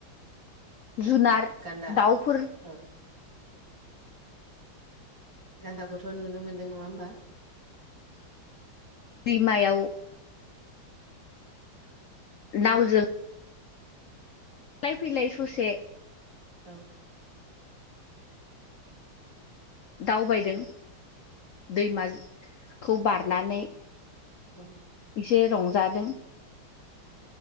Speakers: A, on the left; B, on the right.
A: जुनार
B: गान्दा
A: दाउफोर
B: औ गान्दाखौथ' नुनो मोनदों नङा होमबा
A: बिमायाव दावजो लाय फैलाय ससे
B: औ
A: दावबायदों दैमाखौ बारनानै
B: औ औ
A: एसे रंजादों